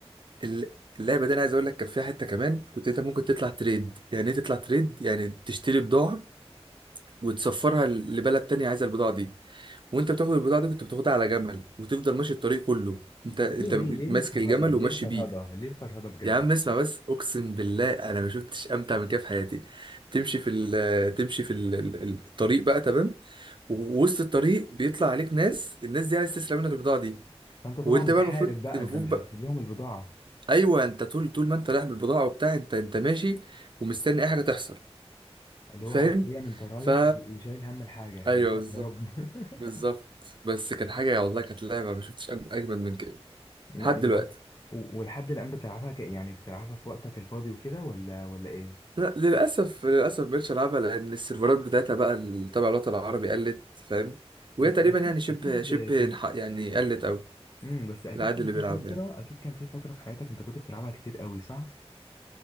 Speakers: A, on the right; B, on the left.
A: ال- اللعبة دي انا عايز اقول لك كان فيها حتة كمان كنت انت ممكن تطلع تريد يعني ايه تطلع تريد يعني تشتري بضاعة وتسفرها ل- لبلد تانية عايزة البضاعة دي وانت بتاخد البضاعه دي كنت بتاخدها على جمل وتفضل ماشي الطريق كله انت
B: طب
A: انت
B: ليه ليه ليه ليه
A: ماسك
B: الفرهدة
A: الجمل وماشي
B: ليه الفرهدة
A: بيه
B: ليه الفرهدة بجد
A: يا عم اسمع بس اقسم بالله انا ما شفتش امتع من كده في حياتي تمشي في ال تمشي في ال ال- الطريق بقى تمام ووسط الطريق بيطلع عليك ناس الناس دي عايز تسرق منك البضاعه دي
B: فانت طبعا
A: وانت
B: بتحارب
A: بقى المفروض
B: بقى
A: المفروض
B: انت مش
A: بقى
B: هتسيب لهم البضاعة
A: ايوه انت طول طول ما انت رايح بالبضاعه وبتاع انت انت ماشي ومستني اي حاجه تحصل
B: اللي هو
A: فاهم
B: حرفيا انت رايح
A: فا
B: وشايل هم الحاجة
A: ايوه
B: الم-
A: بالظبط
B: يا رب <laughs>
A: بالظبط بس كانت حاجه والله كانت لعبه ما شفتش أج- اجمد من كده
B: لا،
A: لحد دلوقتي
B: و- ولحد الآن بتلعبها ك... يعني بتلعبها في وقتك الفاضي وكده ولا ولا ايه؟
A: لا للاسف للاسف مبقتش العبها لان السيرفرات بتاعتها بقى اللي تبع الوطن العربي قلت فاهم وهي
B: بس
A: تقريبا
B: اكيد
A: يعني شبه شبه
B: اكيد
A: انح- يعني قلت او
B: امم بس اكيد
A: العدد
B: كان
A: اللي بيلعبها
B: في فتره
A: يعني
B: اكيد كان في فتره في حياتك انت كنت بتلعبها كتير قوي صح